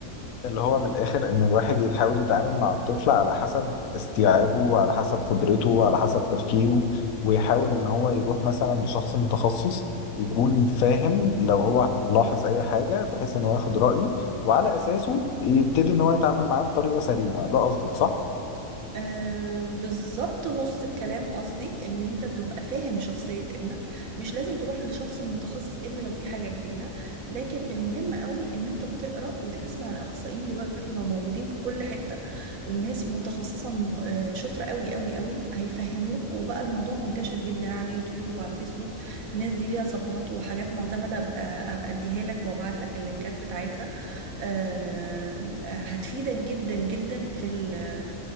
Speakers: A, on the left; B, on the right.
A: اللي هو من الآخر إن الواحد يحاول يتعامل مع الطفل على حسب استيعابه وعلى حسب قدرته وعلى حسب تفكيره ويحاول إن هو يروح مثلا لشخص متخصص يكون فاهم لو هو لاحظ أي حاجة بحيث إن هو ياخد رأيه وعلى أساسه يبتدي إن هو يتعامل معاه بطريقة سليمة ده قصدك صح؟
B: آه بالظبط نص الكلام قصدي ان انت تبقى فاهم شخصية ابنك مش لازم تروح لشخص متخصص الا لو في حاجة كبيرة لكن المهم قوي ان انت تقرأ وتسمع الاخصائيين دلوقتي ما موجودين في كل حتة وناس متخصصة م- آه، شاطرة قوي قوي قوي هيفهموك وبقى الموضوع منتشر جدا على اليوتيوب وعلى الفيسبوك الناس دي ليها صفحات وحاجات معتمدة ابقى ابقى اديها لك وابعت لك اللينكات بتاعتها آه، هتفيدك جدا جدا في ال-